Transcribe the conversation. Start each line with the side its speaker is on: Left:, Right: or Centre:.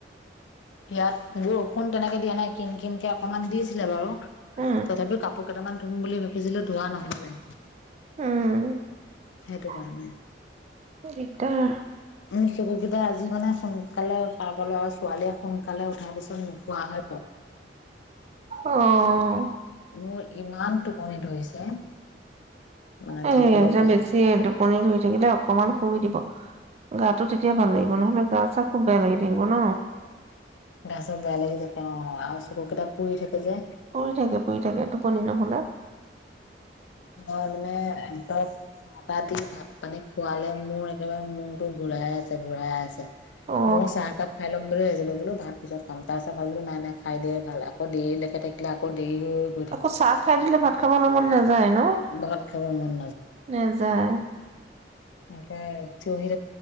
Left: ইয়াত বৰষুণ তেনেকে দিয়া নাই কিন কিনকে অকনমান দিছিলে বাৰু তথাপি
Right: উম
Left: কাপ কাপোৰ কেইটামান ধুম বুলি ভাবিছিলো ধোৱা নহলে
Right: উম
Left: সেইটো কাৰণে
Right: দিগদাৰ
Left: উম সেইবোৰ কেইটা আজি মানে সোনকালে সাৰ পালো আৰু ছোৱালীয়ে সোনকালে উঠাৰ পিছত নোখোৱা হয় প
Right: আহ
Left: মোৰ ইমান টোপনি ধৰিছে মানে
Right: এ
Left: থাকিব পৰা
Right: যে
Left: নাই।
Right: বেছি টোপনি ধৰি থাকিলে অকমান শুই দিব গাটো তেতিয়া ভাল লাগিব নহলে গা চা খুব বেয়া লাগি থাকিব ন
Left: গা চব বেলেগি থাকে আৰু চকুকেইটা পুৰি থাকে যে
Right: পৰি থাকে পৰি থাকে টোপনি নহলে ন
Left: মই মানে একদম চাহ তাহ দি ভাত পানী খোৱালে মোৰ একেবাৰে মূৰতো ঘুৰাই আছে ঘুৰাই আছে
Right: অ
Left: মোৰ চাহ একাপ খাই ল'ম বুলি আহছিলো বোলো তাত পিছত কাম তাৰছো ভাবিলো নাই নাই খাই দিয় ভাল আকৌ দেৰিলৈকে থাকিলে আকৌ দেৰি হৈ গৈ থাকিব।
Right: আকো চাহ খাই দিলে ভাত মন নাযায় ন
Left: ভাত খাব মন
Right: নেযায়
Left: তাকে থিয় দিয়